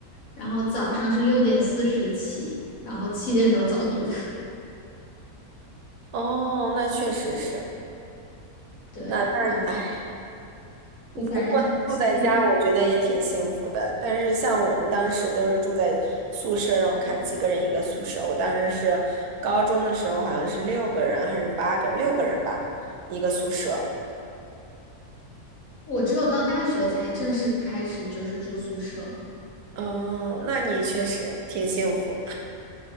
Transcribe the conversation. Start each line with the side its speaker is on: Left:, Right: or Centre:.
Left: 然后早上是六点四十起，然后七点钟早读，
Right: 哦，那确实是，
Left: <laughs> 对，
Right: 那那
Left: 然后就反正七点，
Right: 不过能住在家，我觉得也挺幸福的。但是像我们当时都是住在宿舍，让我看几个人一个宿舍。我当时是高中的时候，好像是六个人还是八个，六个人吧，一个宿舍。
Left: 我只有到大学才正式开始就是住宿舍。
Right: 嗯，那你确实挺幸福。